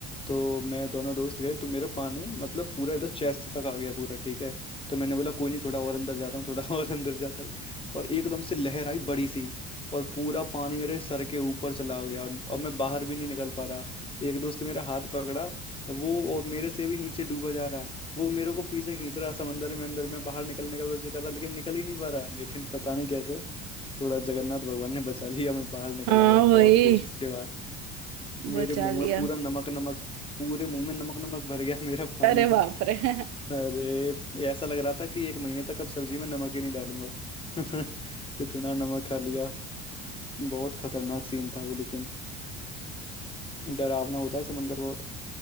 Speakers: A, on the left; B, on the right.
A: तो मैं दोनों दोस्त गए तो मेरा पानी मतलब पूरा इधर चेस्ट तक आ गया पूरा ठीक है तो मैंने बोला कोई नहीं थोड़ा और अंदर जाता हूँ थोड़ा <laughs> और अंदर जाता हूँ और एकदम से लहर आई बड़ी सी और पूरा पानी मेरे सर के ऊपर चला गया और अब मैं बाहर भी नहीं निकल पा रहा एक दोस्त ने मेरा हाथ पकड़ा वो और मेरे से भी नीचे डूबा जा रहा वो मेरे को पीछे खींच रहा समंदर में अंदर में बाहर निकलने का कोशिश कर रहा लेकिन निकल ही नहीं पा रहा लेकिन पता नहीं कैसे थोड़ा जगन्नाथ भगवान ने बचा लिया मैं बाहर निकल
B: हाँ
A: आया
B: वही
A: बहुत कोशिश के बाद मेरे
B: बचा
A: मुंह
B: लिया
A: में पूरा नमक नमक पूरे मुंह में नमक नमक भर गया मेरा पानी
B: अरे
A: का
B: बाप रे <laughs>
A: अरे ऐसा लग रहा था कि एक महीने तक अब सब्जी में नमक ही नहीं डालूंगा <laughs> इतना नमक खा लिया बहुत खतरनाक सीन था वो लेकिन डरावना होता है समंदर बहुत